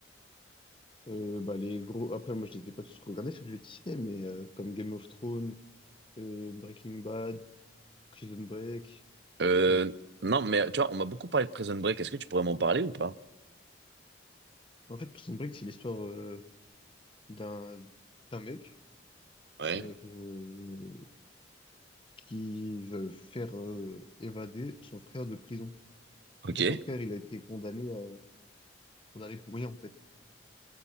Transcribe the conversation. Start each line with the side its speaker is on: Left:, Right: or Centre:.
Left: Euh, bah, les gros. Après, moi, je les ai pas tous regardés, ceux que j'ai cités, mais euh, comme Game of Thrones, euh, Breaking Bad, Prison Break.
Right: Euh,
Left: Ça, j'ai-
Right: non, mais tu vois, on m'a beaucoup parlé de Prison Break. Est-ce que tu pourrais m'en parler ou pas?
Left: En fait, Prison Break, c'est l'histoire euh, d'un d'un mec
Right: Ouais.
Left: euh, euh, qui veut faire euh, évader son frère de prison.
Right: Ok,
Left: En fait, son frère, il a été condamné à... condamné pour rien, en fait.